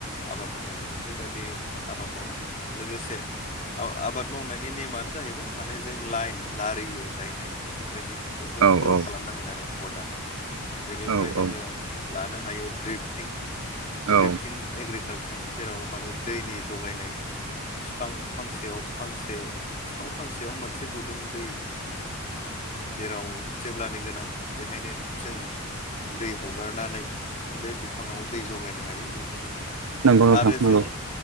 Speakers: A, on the left; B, on the right.
A: आबाद मावनाय जायो। बे बायदि आबाद मावनांगोन लोगोसे आबाद मावनायनि नेमानो जाहैबाय माने जों लाइन लारियो गायनाय बेफोरबायदिखौ जों
B: औ
A: फल'
B: औ
A: खालामनांगोन आरो मदारनाव बेनिफ्राय
B: औ
A: जोङो
B: औ
A: लानो हायो द्रिफ्टिं द्रिप्टिं
B: औ
A: एग्रिकालसार जेराव माने दैनि जगायनाय बिफां फांसेयाव फांसे दफं फांसेयाव मोनसे गुदुं दै जेराव जेब्लानो गोनां बेहायनो जों दै हगारनानै बे बिफाङाव दै जगायनो हायो बेफोरबायदि
B: नंगौ नोंथां
A: आरो
B: नंगौ
A: जों